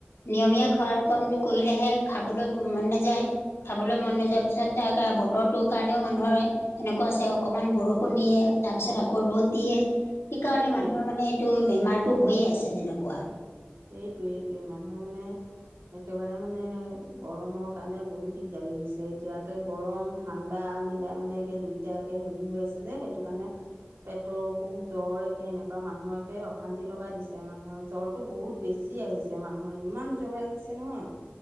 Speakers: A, on the left; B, on the right.
A: নিয়মীয়া
B: সেইটোৱে সেইটোৱে
A: খোৱাৰ কণটো কৰিলেহে, খাবলৈ মন নাযায়, খাবলৈ
B: সেইটোৱে
A: মন নাযোৱাৰ পিছত, <unintelligible> বতৰটো কাৰণেও মানুহৰে এনেকুৱা আছে, অকণমান বৰষুণ দিয়ে, তাৰপিছত আকৌ, ৰ'দ দিয়ে। সেইকাৰণে,
B: সেইটোৱে
A: মানুহৰ মানে এইটো, বেমাৰটো হৈয়ে আছে যেনেকুৱা।
B: সেইটোৱে, সেইটোৱে! মানুহৰ মানে, একেবাৰে মানে, গৰমৰ কাৰণে বহুত দিগদাৰী হৈছে! এতিয়া, একে গৰম, ঠাণ্ডা মিলাই মানে, একে দুইটা একে, সেৰি হৈ আছে যে, সেইটো কাৰণে, পেটৰ অসুখ, জ্বৰ একে, এনেকুৱা মানুহকে, অশান্তি লগাই দিছে! মানুহৰ জ্বৰ টো বহুত বেছি আহিছে, মানুহৰ! ইমান জ্বৰ আহিছে নহয়।